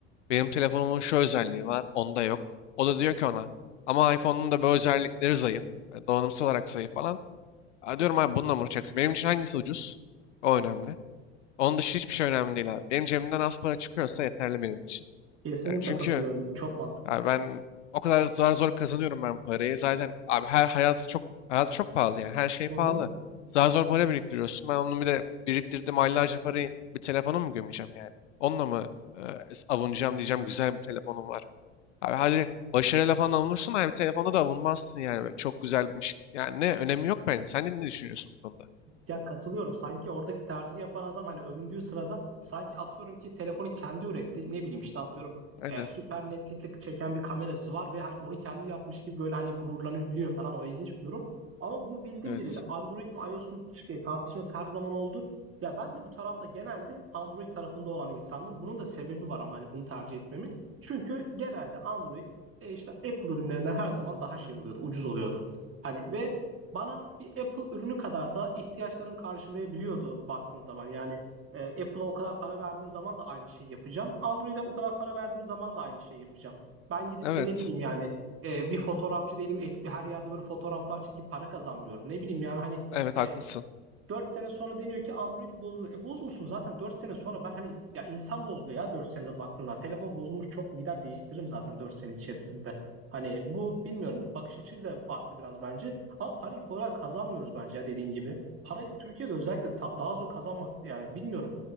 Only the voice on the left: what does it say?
benim telefonumun şu özelliği var, onda yok. O da diyor ki ona ama iPhone'un da bu özellikleri zayıf. e, Donanımsal olarak zayıf falan. "Ha," diyorum abi bununla mı uğraşacaksın? Benim için hangisi ucuz? O önemli. Onun dışı hiçbir şey önemli değil abi. Benim cebimden az para çıkıyorsa yeterli benim için.
Yani çünkü
Abi ben o kadar zor zor kazanıyorum ben parayı. Zaten abi her hayat çok hayat çok pahalı yani. Her şey
pahalı.
Zar zor para biriktiriyorsun. Ben onu bir de biriktirdim aylarca parayı bir telefona mı gömeceğim yani? Onunla mı e, avunacağım diyeceğim güzel bir telefonum var. Abi hadi başarıyla falan avunursun abi telefonda da avunmazsın yani. Böyle çok güzelmiş. Yani ne önemi yok bence. Sen de ne düşünüyorsun bu konuda?
Aynen.
Evet.
Evet.
Evet
haklısın.